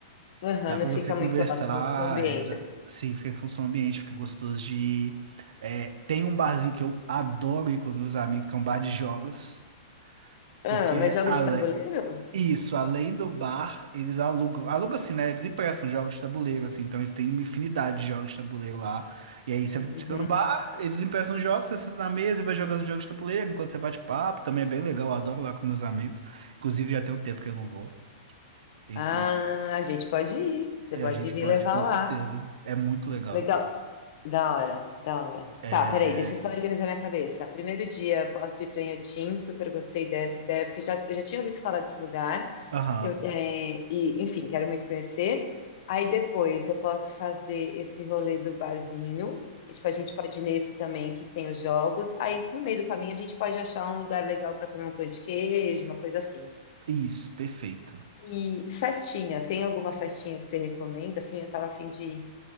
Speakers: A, on the left (about 55°); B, on the right (about 75°).
A: Aham,
B: Dá
A: não
B: para
A: fica
B: você conversar,
A: muito alto então, o seu ambiente,
B: é, da-
A: assim.
B: sim, fica com som ambiente, fica gostoso de ir. É, tem um barzinho que eu adoro ir com os meus amigos, que é um bar de jogos,
A: Ah,
B: porque é
A: mas jogo
B: ale-
A: de tabuleiro?
B: isso, além do bar, eles alugam, alugam assim, né? Eles emprestam jogos de tabuleiro, assim, então eles têm uma infinidade de jogos de tabuleiro lá. E aí você você
A: Uhum.
B: vai no bar, eles emprestam jogos, você senta na mesa e vai jogando jogos de tabuleiro enquanto você bate papo, também é bem legal, eu adoro lá com meus amigos. Inclusive já tem um tempo que eu não vou. Isso
A: Ah,
B: também,
A: a gente pode ir. Você
B: É,
A: pode
B: a gente
A: me
B: pode,
A: levar
B: com certeza,
A: lá.
B: é muito legal.
A: Legal. Da hora, da hora.
B: É.
A: Tá, peraí, deixa eu só organizar minha cabeça. Primeiro dia, posso ir para Inhotim, super gostei dessa ideia, porque já, eu já tinha ouvido falar desse lugar.
B: Aham.
A: Eu, é, e, enfim, quero muito conhecer. Aí depois eu posso fazer esse rolê do barzinho. E, tipo, a gente pode ir nesse também que tem os jogos. Aí no meio do caminho a gente pode achar um lugar legal para comer um pão de queijo, uma coisa assim.
B: Isso, perfeito.
A: E festinha, tem alguma festinha que você recomenda? Assim, eu tava afim de